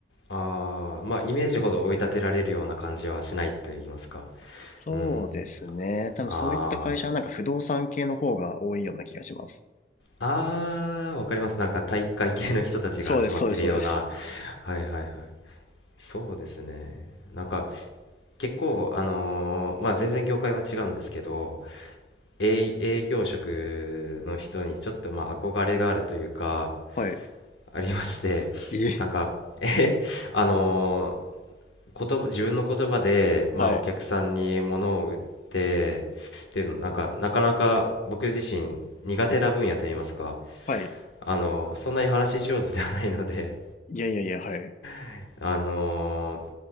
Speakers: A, on the left; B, on the left.
A: ああ、まあ、イメージほど追い立てられるような感じはしないと言いますか。
B: そうですね。
A: うん。
B: 多分そういった会社はなんか不動産系の方が多いような気がします。
A: ああ。ああ、わかります。なんか体育会系の人たちが集まってるような。
B: そうです、そうです、そうです。
A: はいはいはい。そうですね。なんか結構、あのーまあ全然業界は違うんですけど、営、営業職の人にちょっとまあ憧れがあるというか、
B: はい。
A: ありまして、
B: え
A: なんか、え、<laughs> あの言葉自分の言葉で、まあ、
B: はい。
A: お客さんに物を売ってっていうのなんかなかなか僕自身苦手な分野といいますか
B: はい。
A: あのそんなに話し上手ではないので
B: いやいやいや、はい。
A: <laughs> あのー